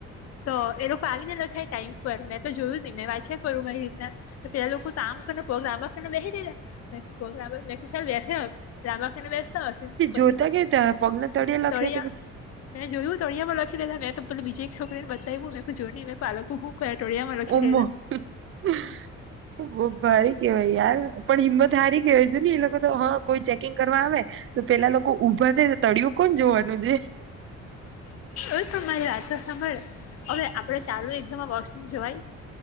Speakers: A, on the left (about 55°); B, on the right (about 45°).
A: તો એ લોકો આવી ને લખે ટાઈમ પર મેં તો જોયું ની મે વાંચ્યા કરું મારી રીતના તો પેલા લોકો આામ કરીને પગ લાંબા કરીને બેહી રેલા પગ <unintelligible> લાંબા કરીને બેસાય લાંબા બેસતા હશે પછી,
B: જોતા કેવી રીતે પગના તળિયે લખ્યો
A: તળિયા
B: તો પછી
A: મેં જોયું તળિયામાં લખી દેતા વિજય <unintelligible> છોકરીને બતાવ્યું મેં કે જો ની મે આ લોકો કયા ટોળિયામાં લખી
B: ઓમા
A: રહેલા
B: બ ભારી કેવાય યાર પણ હિંમત હારી કેવાય જોની ને એ લોકો તો હા કોઈ ચેકિંગ કરવા આવે તો પેલા લોકો ઊભા થ તળિયુ કોણ જોવાનું છે
A: એ તમારી વાત તો સાંભળ ચાલુ એક્ઝામ માં વોશરૂમ જવાય